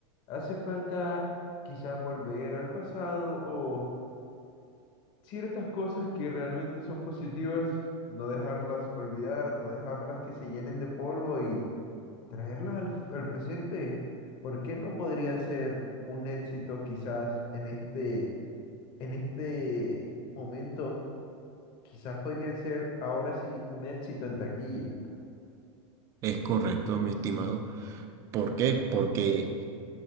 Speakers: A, on the left (about 30°); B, on the right (about 20°).
A: hace falta quizás volver al pasado o ciertas cosas que realmente son positivas, no dejarlas olvidar, no dejarlas que se llenen de polvo y traerlas al, fu- al presente. ¿Por qué no podrían ser un éxito quizás en este, en este momento? Quizás podrían ser ahora sí un éxito en taquilla.
B: Es correcto, mi estimado. ¿Por qué? Porque